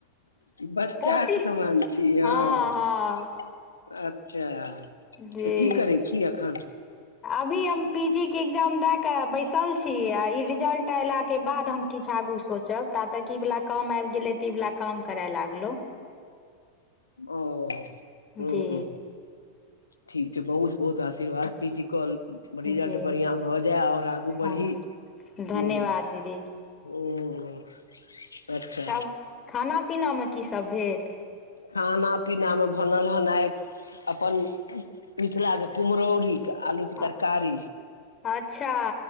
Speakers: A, on the left; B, on the left.
A: बच्चाके
B: पोती
A: समान छिय
B: हँ
A: अ
B: हँ
A: अच्छा
B: जी
A: तऽ की करै छी एखन
B: अभी हम पीजी के एग्जाम द के बैसल छी आ ई रिजल्ट एला के बाद हम किछु आगू सोचब ता तक ई वला कम आबि गेलै तऽ ई वला कम करय लागलौ
A: ओ ह
B: जी
A: ह ठीक छै बहुत बहुत आशीर्वाद पीजी कॉल
B: जी
A: रिजल्ट बढ़िया भऽ जाय ओर आगू
B: हँ
A: बढ़ी ह
B: धन्यवाद दीदी
A: ओ अच्छा
B: तब खाना पीनामे की सब भेल
A: खाना पीना मे भनल हन आइ अपन मिथिलाक के कुम्हरौरी आलूके
B: ह
A: तरकारी
B: अच्छा